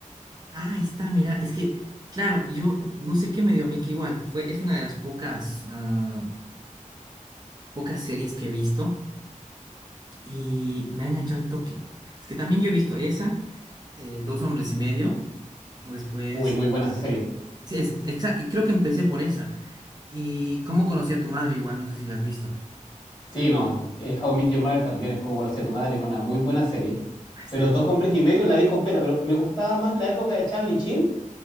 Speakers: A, on the right; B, on the left.
A: Ah, ahí está, mira, es que, claro, yo no sé qué me dio a mí, que igual fue, es una de las pocas, ah, pocas series que he visto y me ha enganchado al toque. Es que también yo he visto esa, eh, Dos hombres y medio, después,
B: Uy, muy buena esa serie.
A: sí, es- exa- y creo que empecé por esa. Y cómo conocí a tu madre, igual, no sé si la has visto.
B: Sí, no, eh, How I Met Your Mother también es como conocí a tu madre, es una muy buena serie.
A: Ahí está.
B: Pero Dos Hombres y Medio la vi completa, pero me gustaba más la época de Charlie Sheen